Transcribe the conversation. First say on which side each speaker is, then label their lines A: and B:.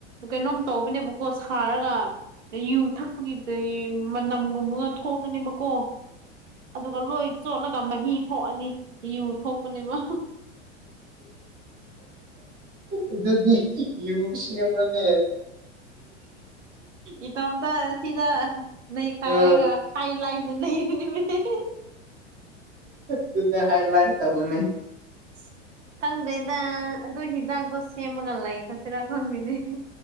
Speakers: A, on the right; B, on the right.
A: ꯀꯩꯅꯣꯝ ꯇꯧꯕꯅꯦꯕꯀꯣ ꯁꯥꯔꯒ ꯑꯗ ꯌꯨ ꯊꯛꯄꯒꯤꯗꯤ ꯃꯅꯝꯒꯨꯝꯕꯒ ꯊꯣꯛꯀꯅꯦꯕꯀꯣ ꯑꯗꯨꯒ ꯂꯣꯏ ꯆꯣꯠꯂꯒ ꯃꯍꯤ ꯊꯣꯛꯑꯅꯤ ꯌꯨ ꯊꯣꯛꯄꯅꯦꯕ
B: ꯑꯗꯨꯗꯤ ꯌꯨ ꯁꯦꯝꯕꯅꯦ
A: ꯏꯇꯣꯝꯇ ꯁꯤꯗ ꯅꯩꯈꯥꯏꯔꯒ
B: ꯑꯥ
A: ꯍꯥꯏ ꯂꯥꯏꯟꯅ <unintelligible>
B: ꯑꯗꯨꯗ ꯍꯥꯢ ꯂꯥꯢꯠ ꯇꯧꯕꯅꯤ
A: ꯏꯁ ꯈꯪꯗꯦꯗ ꯑꯗꯨ ꯍꯤꯗꯥꯛꯇꯣ ꯁꯦꯝꯃꯒ ꯂꯩ ꯈꯔꯁꯤꯔꯥ ꯈꯪꯗꯦꯅꯦ